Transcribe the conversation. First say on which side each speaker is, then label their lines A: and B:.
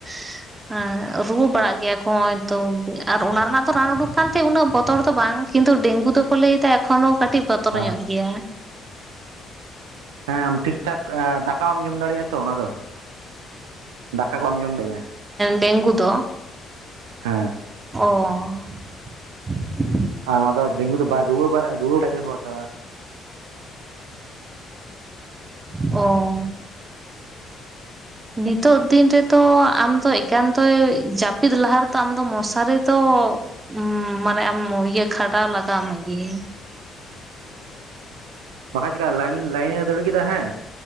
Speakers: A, on the right (about 30°); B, on the right (about 75°).
A: ᱾ ᱮᱸᱻ ᱨᱩᱣᱟᱹ ᱵᱟᱲᱟᱜ ᱜᱮᱭᱟ ᱠᱚ ᱦᱚᱸᱜᱼᱚᱭ ᱛᱚ ᱟᱨ ᱚᱱᱟ ᱨᱮᱱᱟᱜ ᱫᱚ ᱨᱟᱱ ᱩᱰᱩᱠ ᱠᱟᱱ ᱛᱮ ᱩᱱᱟᱹᱜ ᱵᱚᱛᱚᱨ ᱫᱚ ᱵᱟᱝ ᱠᱤᱱᱛᱩ ᱰᱮᱝᱜᱩ ᱫᱚ ᱠᱚ ᱞᱟᱹᱭ ᱫᱟ ᱮᱠᱷᱚᱱ ᱦᱚᱸ ᱠᱟᱹᱴᱤᱡ ᱵᱚᱛᱚᱨ
B: ᱵᱟᱝ
A: ᱧᱚᱜ ᱜᱮᱭᱟ ᱾
B: ᱦᱮᱸ ᱟᱢ ᱴᱷᱤᱠ ᱴᱷᱟᱠ ᱫᱟᱠᱟ ᱵᱟᱢ ᱡᱚᱢ ᱫᱟᱲᱮᱜᱼᱟ ᱛᱚ ᱚᱱᱟ ᱫᱚ ᱫᱟᱠᱟ ᱠᱚ ᱵᱟᱢ ᱡᱚᱢ ᱫᱟᱲᱮᱜᱼᱟ ᱾
A: ᱰᱮᱝᱜᱩ ᱫᱚ ᱾
B: ᱦᱮᱸ ᱾
A: ᱚᱻ
B: ᱟᱨ ᱚᱱᱟ ᱫᱚ ᱰᱮᱝᱜᱩ ᱫᱚ ᱵᱟᱭ ᱨᱩᱣᱟᱹ ᱨᱩᱣᱟᱹ ᱵᱟᱭ ᱫᱟᱹᱲ ᱦᱚᱛᱟ ᱾
A: ᱚᱻ ᱱᱤᱛᱚᱜ ᱫᱤᱱ ᱨᱮ ᱫᱚ ᱟᱢᱫᱚ ᱮᱠᱟᱱᱛ ᱡᱟᱹᱯᱤᱫ ᱞᱟᱦᱟ ᱨᱮ ᱫᱚ ᱟᱢᱫᱚ ᱢᱚᱥᱟᱨᱤ ᱫᱚ ᱩ ᱢᱟᱱᱮ ᱟᱢ ᱤᱭᱟᱹ ᱠᱷᱟᱰᱟᱣ ᱞᱟᱜᱟᱣ ᱢᱮᱜᱮ ᱾
B: ᱵᱟᱠᱷᱟ ᱪᱤᱠᱠᱟ ᱞᱟᱭᱤᱱ ᱞᱟᱭᱤᱱ ᱮ ᱫᱟᱹᱲ ᱠᱮᱫᱟ ᱦᱮᱸ